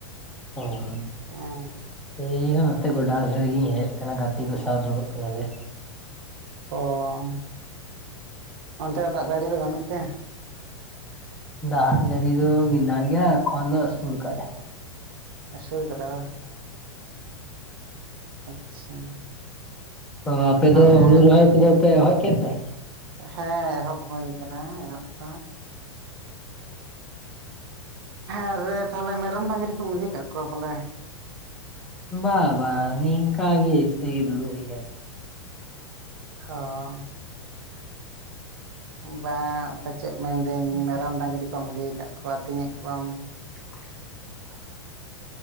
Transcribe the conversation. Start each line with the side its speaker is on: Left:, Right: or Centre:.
Centre: <unintelligible>
Right: <unintelligible>
Centre: ᱤᱧ ᱦᱚᱸ ᱱᱚᱛᱮ ᱜᱚᱰᱟ ᱥᱮᱫ ᱨᱮ ᱜᱤᱧ ᱦᱮᱡ ᱠᱟᱱᱟ ᱜᱟᱛᱮ ᱠᱚ ᱥᱟᱶ ᱫᱩᱲᱩᱵ ᱟᱠᱟᱱᱟ ᱞᱮ
Right: <unintelligible> ᱚᱱᱛᱮ ᱫᱚ ᱫᱟᱜ ᱡᱟᱹᱲᱤ ᱫᱚ ᱵᱟᱹᱱᱩᱜ ᱛᱮ
Centre: ᱫᱟᱜ ᱡᱟᱹᱲᱤ ᱫᱚ ᱢᱮᱱᱟᱜ ᱜᱮᱭᱟ ᱮᱠᱷᱚᱱ ᱫᱚ ᱟᱹᱥᱩᱲ ᱠᱟᱜᱟᱭ
Right: ᱟᱹᱥᱩᱲ ᱠᱟᱫᱟ ᱵᱟᱝ ᱟᱪᱪᱷᱟ
Centre: ᱛᱚ ᱟᱯᱮᱫ
Right: ᱛᱟᱦᱚᱞᱮ
Centre: ᱫᱚ ᱦᱩᱲᱩ ᱨᱚᱦᱚᱭ ᱠᱚᱫᱚ ᱯᱮ <unintelligible> ᱠᱮᱫ ᱛᱮ
Right: ᱦᱮᱸ ᱮᱦᱚᱵ ᱦᱩᱭ ᱠᱟᱱᱟ ᱮᱦᱚᱵ ᱫᱚ ᱟᱨᱮ ᱛᱟᱦᱞᱮ ᱢᱮᱨᱚᱢ ᱰᱟᱝᱨᱤ ᱠᱚ ᱤᱫᱤ ᱠᱟᱜ ᱠᱚᱣᱟ ᱯᱟᱞᱮ
Centre: ᱵᱟ ᱵᱟ ᱱᱤᱝᱠᱟ ᱜᱮ ᱮᱥᱮ ᱜᱮ ᱫᱩᱲᱩ ᱦᱩᱭ ᱠᱟᱱᱟ
Right: <unintelligible> ᱵᱟᱝ ᱯᱟᱪᱮᱫ ᱢᱮᱱ ᱫᱟᱹᱧ ᱢᱮᱨᱚᱢ
Centre: ᱠᱟᱱᱟ᱾
Right: ᱰᱟᱝᱨᱤ ᱠᱚᱢ ᱤᱫᱤ ᱟᱠᱟᱫ ᱠᱚᱣᱟ ᱟᱹᱛᱤᱧ ᱮᱫ ᱠᱚᱣᱟᱢ
Centre: <inaudible>